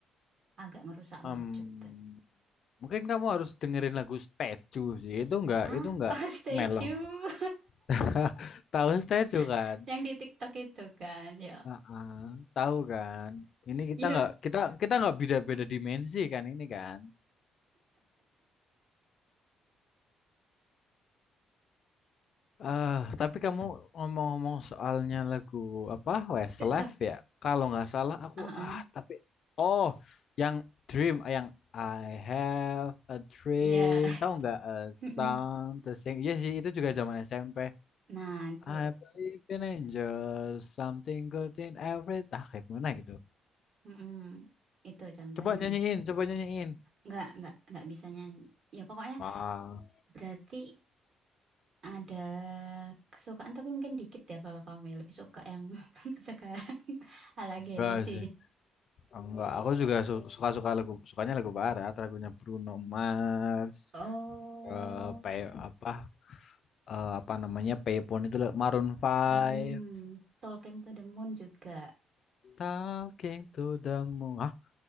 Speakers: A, on the right; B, on the left.
A: Agak ngerusak
B: Em,
A: mood juga.
B: mungkin kamu harus dengerin lagu Statue sih itu nggak
A: Ah,
B: itu nggak
A: <laughs> oh statue
B: mellow <laughs> tahu Statue kan
A: <laughs> yang di TikTok itu kan. Ya,
B: Heeh, tahu kan ini kita
A: ya,
B: nggak kita kita nggak beda-beda dimensi kan ini kan Eh, tapi kamu ngomong-ngomong soalnya lagu apa Westlife
A: tetap.
B: ya? Kalau nggak salah aku
A: Ah, ah.
B: ah tapi oh yang Dream ah, yang I have a dream
A: Iya.
B: tahu nggak a
A: <laughs> Mm-mm.
B: song to sing? Iya sih itu juga zaman SMP.
A: Nah, itu.
B: I believe in angels, something good in every ah kayak mana gitu.
A: Mm-mm. Itu contohnya.
B: Coba nyanyiin, coba nyanyiin.
A: Nggak, nggak, nggak bisa nyanyi. Ya pokoknya
B: Ah,
A: berarti ada kesukaan tapi mungkin dikit ya kalau kamu ya lebih suka yang <laughs> sekarang ala
B: enggak
A: Gen Z.
B: sih. Enggak, aku juga su- suka-suka lagu, sukanya lagu barat, lagunya Bruno Mars,
A: Oh,
B: eh pay, apa eh, apa namanya Payphone itu loh, Maroon Five
A: mm-mm. Talking to the Moon juga.
B: Talking to the Moon. Hah?